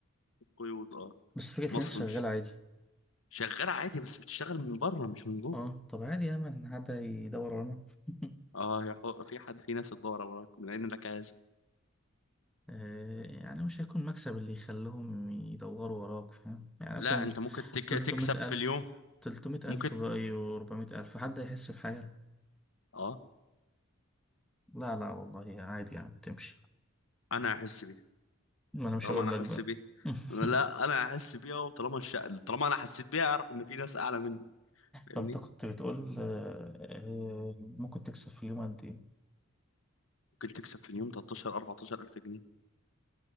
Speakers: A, on the left (about 75°); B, in the centre.
A: قيود اه
B: بس فكرة في
A: مصر
B: ناس شغالة
A: مش
B: عادي
A: شغالة عادي بس بتشتغل من بره مش من جوه
B: اه طب عادي يا من حد يدور ورانا <laughs>
A: اه يا حو- في حد في ناس تدور وراك من أين لك هذا
B: آه، يعني مش هيكون مكسب اللي يخليهم يدوروا وراك فاهم يعني
A: لا
B: مثلا مت-
A: أنت ممكن تك...
B: 300
A: تكسب
B: ألف
A: في اليوم
B: 300 ألف
A: ممكن
B: بقى و400 ألف حد هيحس بحاجة
A: اه
B: لا لا والله عادي يعني تمشي
A: أنا هحس بيها
B: ما أنا مش
A: طالما
B: هقول
A: أنا
B: لك
A: حاسس
B: بقى
A: بيها
B: <laughs>
A: لا أنا هحس بيها وطالما الش... طالما أنا حسيت بيها أعرف إن في ناس أعلى مني فاهمني
B: طب أنت كنت بتقول آه، آه، ممكن تكسب في اليوم قد إيه؟
A: ممكن تكسب في اليوم 13 14 ألف جنيه